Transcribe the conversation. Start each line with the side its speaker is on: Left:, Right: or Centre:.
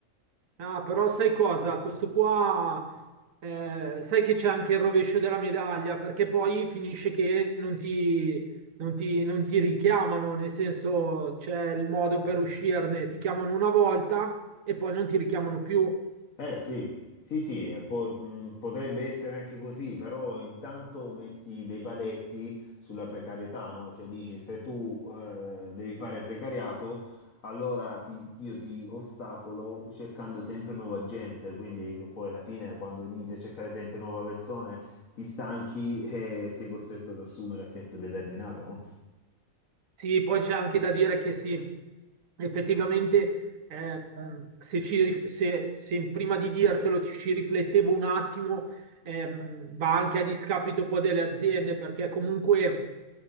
Right: Ah, però sai cosa? Questo qua, eh, sai che c'è anche il rovescio della medaglia perché poi finisce che non ti, non ti, non ti richiamano, nel senso c'è il modo per uscirne, ti chiamano una volta e poi non ti richiamano più.
Left: Eh sì, sì, sì, eh, po- mh, potrebbe essere anche così, però intanto metti dei paletti sulla precarietà, no? Cioè dici se tu eh, devi fare precariato, allora ti- ti- io ti ostacolo cercando sempre nuova gente, quindi poi alla fine quando inizi a cercare sempre nuove persone ti stanchi e sei costretto ad assumere a tempo determinato, no?
Right: Sì, poi c'è anche da dire che sì, effettivamente ehm, se, ci rif- se- se prima di dirtelo ci, ci riflettevo un attimo, ehm, va anche a discapito poi delle aziende, perché comunque